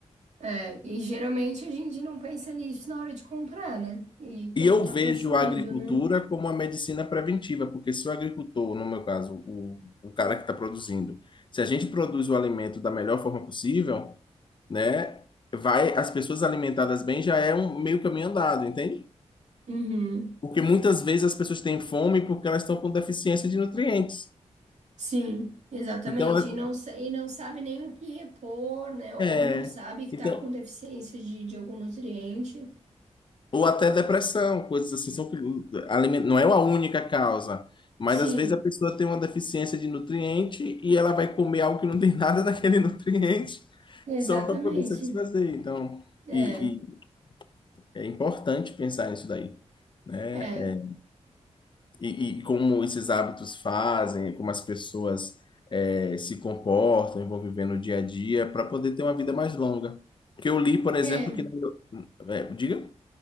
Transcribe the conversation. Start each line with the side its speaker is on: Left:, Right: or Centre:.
Right: É, e geralmente a gente não pensa nisso na hora de comprar, né? E quando
Left: E eu
Right: tá
Left: vejo
Right: consumindo,
Left: a agricultura
Right: né?
Left: como uma medicina preventiva, porque se o agricultor, no meu caso, o, o cara que está produzindo, se a gente produz o alimento da melhor forma possível, né, vai, as pessoas alimentadas bem já é um meio caminho andado, entende?
Right: Uhum.
Left: Porque muitas vezes as pessoas têm fome porque elas estão com deficiência de nutrientes.
Right: Sim, exatamente.
Left: Então, elas-
Right: E não, sa- e não sabe nem o que repor, né? Ou
Left: é,
Right: não sabe que
Left: então
Right: tá com deficiência de, de algum nutriente.
Left: Ou até depressão, coisas assim, são, aliment- não é a única causa, mas
Right: Sim,
Left: às vezes a pessoa tem uma deficiência de nutriente e ela vai comer algo que não tem nada daquele <laughs> nutriente
Right: exatamente.
Left: só para poder satisfazer. Então,
Right: É,
Left: e, e é importante pensar nisso daí, né?
Right: é,
Left: É, E, e como esses hábitos fazem, como as pessoas é, se comportam, e vão viver no dia a dia, para poder ter uma vida mais longa. que eu li, por exemplo,
Right: é.
Left: que... na- É, diga?